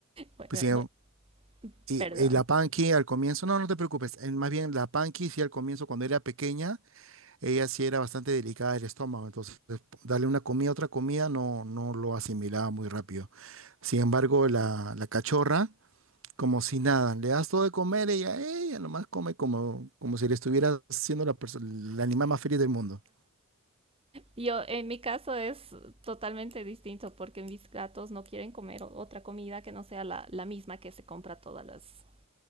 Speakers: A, on the right; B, on the right.
A: Bueno,
B: Pues
A: eh,
B: sí,
A: bueno,
B: y,
A: perdón.
B: y la Panky al comienzo, no, no te preocupes. eh, Más bien, la Panky sí al comienzo, cuando era pequeña, ella sí era bastante delicada del estómago. Entonces, darle una comida, otra comida, no, no lo asimilaba muy rápido. Sin embargo, la, la cachorra, como si nada, le das todo de comer, ella, ella nomás come como, como si le estuviera siendo la perso- el animal más feliz del mundo.
A: Yo, en mi caso es totalmente distinto porque mis gatos no quieren comer o- otra comida que no sea la, la misma que se compra todas las,